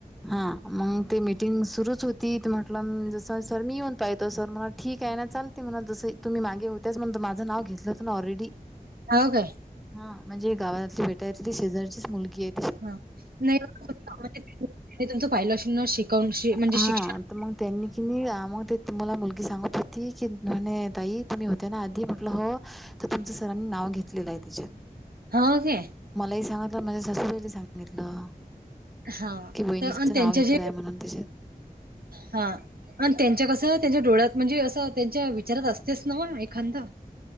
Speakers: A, in the centre; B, on the right (about 80°).
A: हा मंग ते मीटिंग सुरूच होते. तीथ म्हटलंम जस सर मी येऊन पाहतो सर म्हला ठीक आहे ना, चालते म्हणा जस तुम्ही मागे होत. तेच म्हणत माझं नाव घेतलं होतं ना ऑलरेडी.
B: हव काय.
A: हा म्हणजे गावातली बेटायली शेजारचीच मुलगी हे.
B: <unintelligible> हा नाहीु त पाहिलंअशिना, शिकाऊन शी म्हणजे
A: हा
B: शिक्षण.
A: तर मग त्यांनी की नी आ मंग ते तुम्हाला मुलगी सांगत होती की म्हणे ताई तुम्ही हो त्या ना, आधी म्हण ट हो तर तुमचं सरांनी नाव घेतलेलं आहे त्याच्यात.
B: हव की.
A: मलाही सांगितलं माझ्या सासूबाई ले सांगितलं.
B: हां.
A: कि वहिणीचं
B: तर आणि त्यांच्या
A: नाव घेतलंय
B: जे
A: म्हणून त्याच्यात.
B: हा आणि त्यांच्या कसं त्यांच्या डोळ्यात म्हणजे असं त्यांच्या विचारात अस तेस नव एखांद.